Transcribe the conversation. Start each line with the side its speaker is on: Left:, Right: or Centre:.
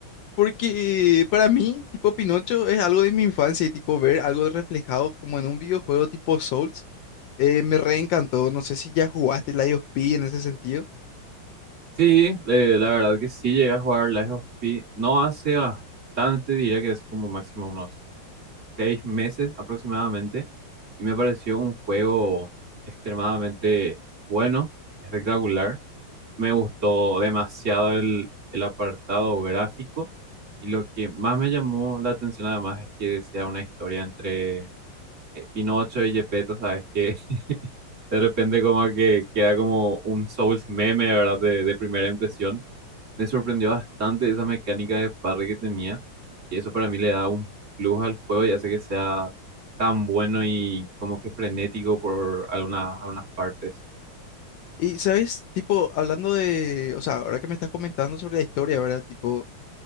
Left: Porque para mí, tipo, Pinocho es algo de mi infancia y, tipo, ver algo reflejado como en un videojuego tipo Souls eh, me reencantó. No sé si ya jugaste Lies of P en ese sentido.
Right: Sí, eh, la verdad que sí llegué a jugar Lies of P. No hace bastante, diría que hace como máximo unos seis meses aproximadamente. Y me pareció un juego extremadamente bueno, espectacular. Me gustó demasiado el, el apartado gráfico. Y lo que más me llamó la atención además es que sea una historia entre eh, Pinocho y Gepetto, ¿sabes? Que <laughs> de repente como que queda como un Souls meme, ¿verdad? De, de primera impresión me sorprendió bastante esa mecánica de parry que tenía. Y eso para mí le da un plus al juego y hace que sea tan bueno y como que frenético por alguna- algunas partes.
Left: Y, ¿sabes? Tipo, hablando de, o sea, ahora que me estás comentando sobre la historia, ¿verdad? Tipo,